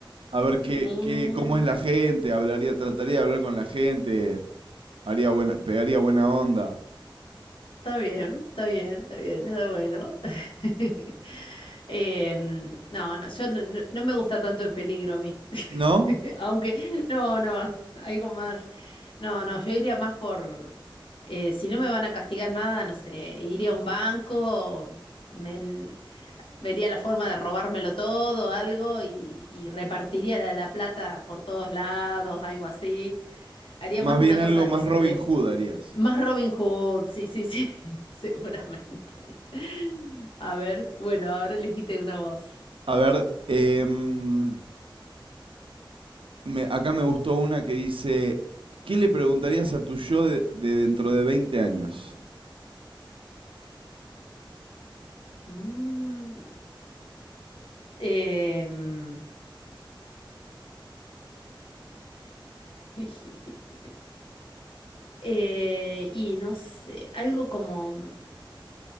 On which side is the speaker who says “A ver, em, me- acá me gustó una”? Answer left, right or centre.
Right